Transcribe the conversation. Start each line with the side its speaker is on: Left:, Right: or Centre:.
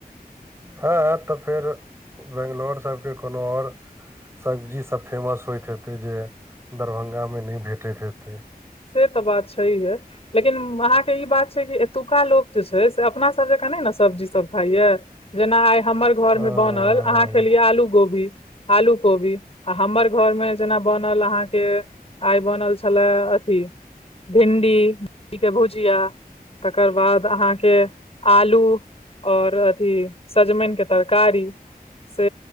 Right: हँ तऽ फेर बेंगलोर सबके कोनो आओर सब्जी सब फेमस होयइत हेते जे दरभंगा मे नहि भेटैत हेतै
Left: से तऽ बात छहिये लेकिन अहाँके ई बात छै कि एतुक्का लोक जे छै से अपना सभ जका नहि नऽ सब्जीसभ खाइ य जेना आइ हमर घरमे
Right: हँ,
Left: बनल अहाँ खेलियै आलू गोभी आलू कोबी आ हमर घर मे जेना बनल अहाँकेँ आइ बनल छले अथी भिडी <unintelligible> के भुजिया तकर बाद अहाँकेँ आलू और अथी सजमैन केँ तरकारी से